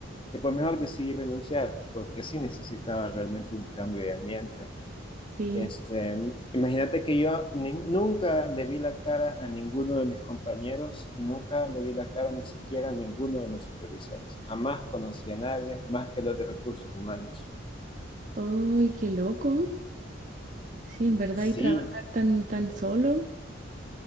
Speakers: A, on the left; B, on the right.
A: que pues mejor decidí renunciar, porque sí necesitaba realmente un cambio de ambiente.
B: Sí.
A: Este, imagínate que yo ni- nunca le vi la cara a ninguno de mis compañeros y nunca le vi la cara ni siquiera a ninguno de mis supervisores. Jamás conocí a nadie más que los de recursos humanos.
B: ¡Ay, qué loco! Sí, en verdad,
A: Sí,
B: y trabajar tan, tan solo,